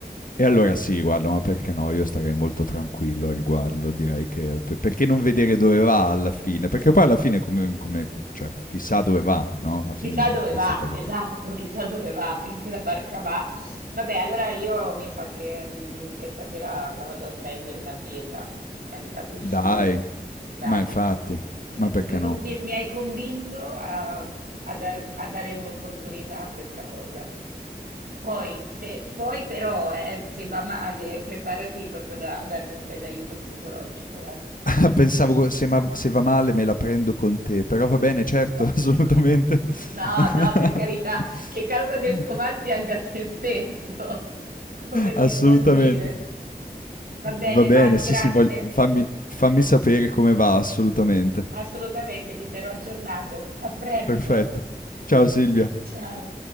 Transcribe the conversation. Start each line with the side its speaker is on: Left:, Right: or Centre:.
Left: E allora sì, guarda, ma perché no? Io starei molto tranquillo a riguardo, direi che... per- Perché non vedere dove va alla fine? Perché poi alla fine come... come- cioè, chissà dove va, no? A finire
Right: Chissà dove
Left: questa
Right: va,
Left: cosa.
Right: esatto,
Left: qui.
Right: chissà dove va, finché la barca va. Vabbè, allora io mi sa che mhmm, che stasera la vado a prendere una birra. Mi ha invitato a uscire.
Left: Dai,
Right: Dai.
Left: ma infatti,
Right: Dopo
Left: ma perché
Right: que- dop-
Left: no?
Right: mi, mi hai convinto a, a dare, un- a dare un'opportunità a questa cosa. Poi, se- poi però, eh, se va male, preparati proprio da, a darmi un bell'aiuto psicologico, eh.
Left: <laughs> Ah, Pensavo co- se, ma- se va male me la prendo con te, però va bene, certo,
Right: <laughs>
Left: <laughs> assolutamente.
Right: No,
Left: <laughs>
Right: no, per carità, che causa del suo mal pianga se stesso, <laughs> come si
Left: Assolutamente.
Right: suol dire. Va bene,
Left: Va bene,
Right: Manu,
Left: sì,
Right: grazie.
Left: sì, voglio- fammi, fammi sapere come va, assolutamente.
Right: Assolutamente, ti terrò aggiornato. A presto.
Left: Perfetto. Ciao Silvia.
Right: <laughs> Ciao.